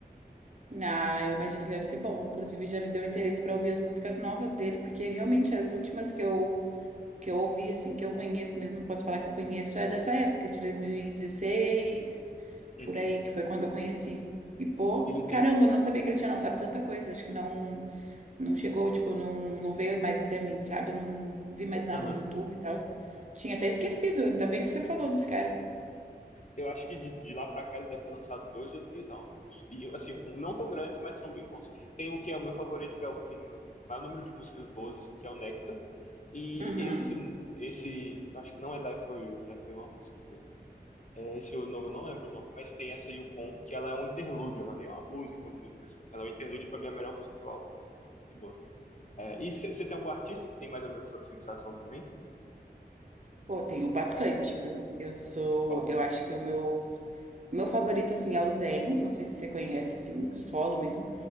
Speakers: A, on the right; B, on the left.
A: Ah, eu imagino que deve ser bom. Inclusive, já me deu interesse para ouvir as músicas novas dele, porque realmente as últimas que eu, que eu ouvi, assim, que eu conheço mesmo, posso falar que eu conheço, é dessa época, de 2016,
B: Uhum.
A: por aí, que foi quando eu conheci. E, pô,
B: Ele tem.
A: caramba, eu não sabia que ele tinha lançado tanta coisa. Acho que não, não chegou, tipo, não, não veio mais até mim, sabe? Eu não vi mais nada
B: Aham.
A: no YouTube e tal. Tinha até esquecido, ainda bem que você falou desse cara.
B: Eu acho que de, de lá pra cá ele deve ter lançado dois ou três álbuns. E, assim, um- não tão grandes, mas são bem bons. Tem o que é o meu favorito, que é o que tem maior número de músicas boas, assim, que é o Nectar. E
A: Uhum.
B: esse, esse, eu acho que não é Die For You, Die For You é uma música dele. É, esse novo eu não lembro o nome, mas tem essa Yukon, que ela é um interlúdio, ela nem é uma música, música assim. Ela é um interlúdio pra mim, a melhor música do álbum. Muito boa. É, e você tem algum artista que tem mais ou menos essa fixação também?
A: Pô, tenho bastante, viu? Eu sou,
B: Qual?
A: eu acho que o meus, meu favorito, assim, é o Zen, não sei se você conhece, assim, solo mesmo,